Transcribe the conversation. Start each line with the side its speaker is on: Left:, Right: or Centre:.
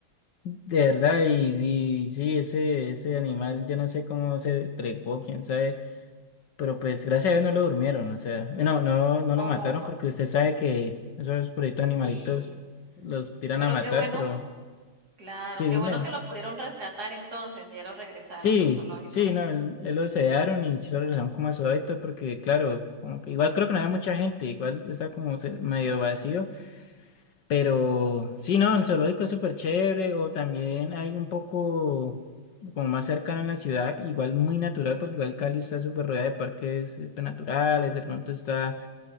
Left: de verdad, y, y sí, ese, ese animal, yo no sé cómo se trepó, quién sabe, pero pues gracias a Dios no lo durmieron, o sea, bueno, no, no
Right: Oh,
Left: lo mataron
Right: pa-
Left: porque usted sabe que esos proyectos
Right: sí,
Left: animalitos los tiran
Right: pero
Left: a matar,
Right: qué bueno,
Left: pero
Right: claro,
Left: sí,
Right: qué
Left: dime,
Right: bueno que lo pudieron rescatar entonces y ya lo regresaron
Left: sí,
Right: al zoológico.
Left: sí, no, él, él lo sedaron y sí lo regresaron como a su hábitat porque claro, como que igual creo que no había mucha gente, igual está como se- medio vacío. Pero sí, no, el zoológico es súper chévere o también hay un poco como más cercano en la ciudad, igual muy natural porque igual Cali está súper rodeada de parques eh, naturales, de pronto está